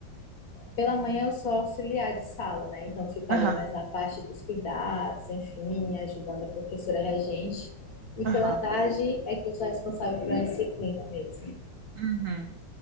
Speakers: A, on the left (about 55°); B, on the right (about 85°).
A: Pela manhã eu sou auxiliar de sala, né? Então fico
B: Aham,
A: ali mais na parte dos cuidados, enfim, ajudando a professora regente. E
B: aham.
A: pela tarde é que eu sou responsável pela disciplina mesmo.
B: uhum.